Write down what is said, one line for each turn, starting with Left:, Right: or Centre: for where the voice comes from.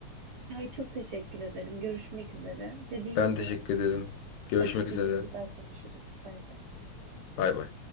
Right: Ay çok teşekkür ederim. Görüşmek üzere. Dediğin
Left: Ben
Right: gibi
Left: teşekkür ederim. Görüşmek
Right: başka
Left: üzere.
Right: gün bir daha konuşuruz. Bay bay.
Left: Bay bay.